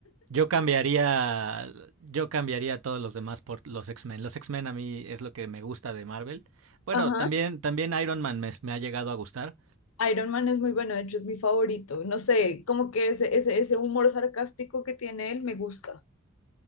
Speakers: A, on the right (about 75°); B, on the left (about 80°).
A: Yo cambiaría, yo cambiaría a todos los demás por los X-Men. Los X-Men a mí es lo que me gusta de Marvel. Bueno,
B: <laughs> Ajá.
A: también, también Iron Man me, me ha llegado a gustar,
B: Iron Man es muy bueno, de hecho es mi favorito. No sé, como que ese, ese, ese humor sarcástico que tiene él me gusta.